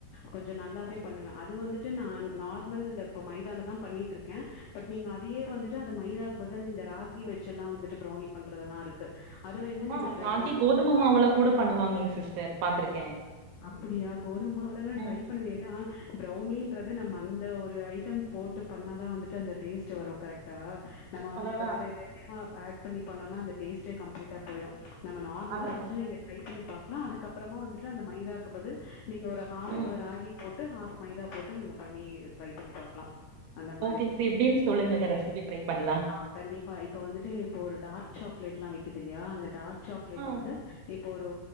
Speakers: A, on the left; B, on the right.
A: கொஞ்ச நல்லாவே பண்ணுவே அது வந்துட்டு நா நார்மல் இப்ப மைதாலதா பண்ணிட்ருக்கே பட் நீங்க அதையே வந்துட்டு அந்த மைதாக்கு பதில் இந்த ராகி வெச்செல்லா வந்துட்டு ச்சு ப்ரௌனி பண்றதெல்லா இருக்கு அது வேணா நீங்க
B: ஆஹ்
A: ட்ரை
B: ராகி
A: பண்ணி
B: கோதும மாவுள கூட பண்ணுவாங்க எங் சிஸ்டர் பாத்திருக்கே
A: அப்படியா கோதும மாவுலல்லா
B: ம்
A: ட்ரை பண்ணுவே ஏன்னா ப்ரௌனி பண்றது நம்ம அந்த ஒரு ஐட்டம் போட்டு பண்ணாதா வந்துட்டு அந்த டேஸ்ட் வரு கரெக்ட்டா நம்ம வந்துட்டு
B: அதா அதா
A: வேற எதெதயோ ஆட் பண்ணி பண்ணோனா அந்த டேஸ்டே கம்ப்ளீட்ட போய்டு நம்ம நார்மலா
B: அதா
A: ஃபர்ஸ்ட்
B: அதா
A: நீங்க ட்ரை பண்ணி பா லாம் அதுக்கப்புறமா வந்துட்டு அந்த மை <unintelligible> க்கு பதில் நீங்க ஒரு ஹாஃப்
B: ம்
A: ராகி போட் டு ஹாஃப் மைதா போட்டு நீங்க பண்ணி ட்ரை பண்ணி பாக்கலாம் அந்த மாறி
B: ஓகேங்க சிஸ் எப்டின்னு சொல்லுங்க ரெசிபி ட்ரை பண்லா
A: ஆஹ் கண்டிப்பா இப்ப வந்துட்டு இப்ப ஒரு டார்க் சாக்லேட்லா விக்கிது இல்லையா அந்த டார்க் சாக்லேட்
B: ஆ
A: வந்து இப் ப ஒரு